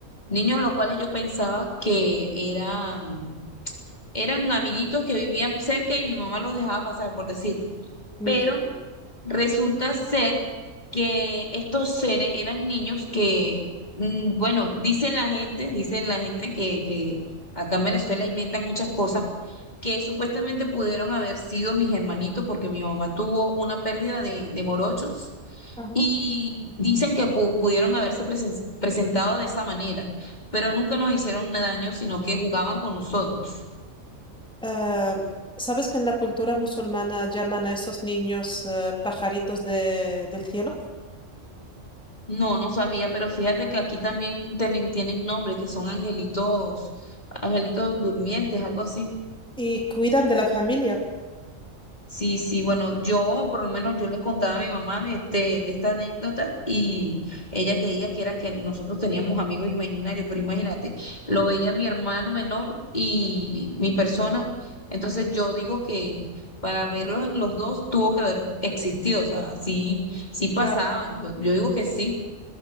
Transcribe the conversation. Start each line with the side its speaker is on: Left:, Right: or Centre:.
Left: niños los cuales yo pensaba que eran, eran amiguitos que vivían cerca y mi mamá los dejaba pasar, por decir,
Centre: Mm,
Left: pero
Centre: sí.
Left: Resulta ser que estos seres eran niños que, mm, bueno, dicen la gente, dicen la gente que, que acá en Venezuela inventan muchas cosas, que supuestamente pudieron haber sido mis hermanitos porque mi mamá tuvo una pérdida de, de morochos
Centre: Ajá.
Left: y dicen que pu- pudieron haberse presen- presentado de esa manera, pero nunca nos hicieron daño, sino que jugaban con nosotros.
Centre: Eh, ¿sabes que en la cultura musulmana llaman a esos niños eh, pajaritos de- del cielo?
Left: No, no sabía, pero fíjate que aquí también tienen, tienen nombres que son angelitos, angelitos durmientes, algo así.
Centre: y cuidan de la familia.
Left: Sí, sí, bueno, yo por lo menos yo le contaba a mi mamá de este, de esta anécdota y ella creía que era que nosotros teníamos amigos imaginarios, pero imagínate, lo veía mi hermano menor y mi persona, entonces yo digo que para verlos los dos tuvo que haber existido, o sea, sí, sí
Centre: Claro.
Left: pasaban, yo yo digo que sí.